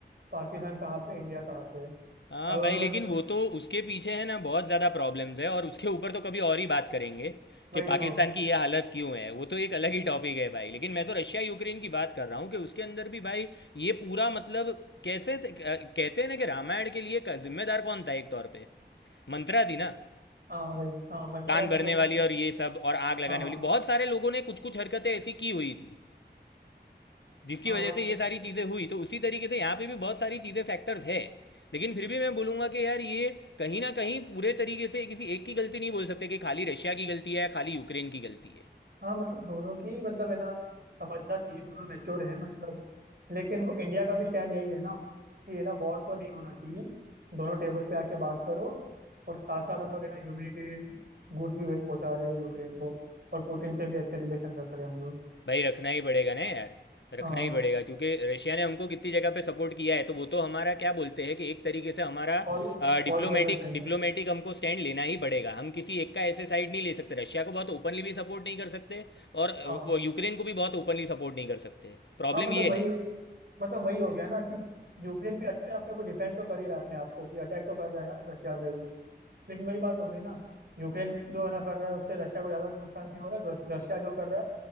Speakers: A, on the right (about 60°); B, on the left (about 85°).
A: पाकिस्तान कहाँ पे इंडिया कहाँ पे है अगर
B: हाँ भाई
A: उन्होंने
B: लेकिन वो तो उसके पीछे है ना बहुत ज़्यादा प्रॉब्लम्स है और उसके ऊपर तो कभी और ही बात करेंगे
A: वही
B: कि पाकिस्तान
A: तो
B: की ये हालत क्यों है वो तो एक अलग ही टॉपिक है भाई लेकिन मैं तो रशिया यूक्रेन की बात कर रहा हूँ कि उसके अंदर भी भाई ये पूरा मतलब कैसे कहते हैं ना कि रामायण के लिए क- जिम्मेदार कौन था एक तौर पे मंत्रा थी ना
A: हाँ वही हाँ मंत्रा
B: कान
A: मतलब
B: भरने वाली और ये सब और आग लगाने
A: हाँ हाँ
B: वाली बहुत सारे लोगों ने कुछ कुछ हरकतें ऐसी की हुई थी जिसकी
A: हाँ
B: वजह
A: वही
B: से ये
A: तो
B: सारी चीज़ें हुई तो उसी तरीके से यहाँ पे भी बहुत सारी चीज़ें फैक्टर्स है लेकिन फिर भी मैं बोलूंगा कि यार ये कहीं ना कहीं पूरे तरीके से किसी एक की गलती नहीं बोल सकते कि खाली रशिया की गलती है या खाली यूक्रेन की गलती है
A: हाँ मतलब दोनों की मतलब है ना समझना चाहिए दोनों मैच्योर हैं मतलब लेकिन वो इंडिया का भी स्टैंड यही है ना कि है ना वॉर तो नहीं होना चाहिए दोनों टेबल पे आके बात करो और साथ साथ हम लोग है ना ह्यूमैनिटेरियन गुड्स भी पहुंचा रहे हैं यूक्रेन को और पुतिन से भी अच्छे रिलेशन रख रहे हैं हम लोग
B: भाई रखना ही पड़ेगा ना यार रखना
A: हाँ
B: ही पड़ेगा क्योंकि रशिया ने हमको कितनी जगह पे सपोर्ट किया है तो वो तो हमारा क्या बोलते हैं कि एक तरीके से हमारा
A: ऑल
B: डिप्लोमेटिक
A: ऑल वेदर फ्रेंड
B: डिप्लोमेटिक हमको स्टैंड लेना ही पड़ेगा हम किसी एक का ऐसे साइड नहीं ले सकते रशिया को बहुत ओपनली भी सपोर्ट नहीं कर सकते और अ,
A: हाँ
B: वो यूक्रेन को भी बहुत ओपनली सपोर्ट नहीं कर सकते प्रॉब्लम
A: हाँ मतलब
B: ये
A: वही
B: है
A: मतलब वही हो गया ना कि यूक्रेन भी अट- अपने को डिफेंड तो कर ही रहा है अपने आप को कि अटैक तो कर रहा है रशिया पे भी लेकिन वही बात हो गई ना यूक्रेन जो है ना कर रहा है उससे रशिया को ज्यादा नुकसान नहीं हो रहा है रश- रशिया जो कर रहा है